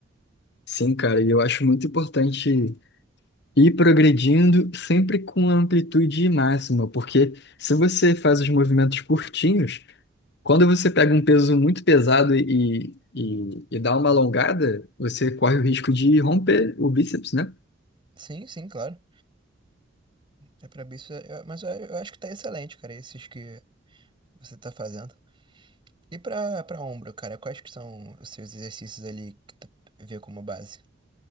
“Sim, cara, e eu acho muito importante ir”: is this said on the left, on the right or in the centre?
Left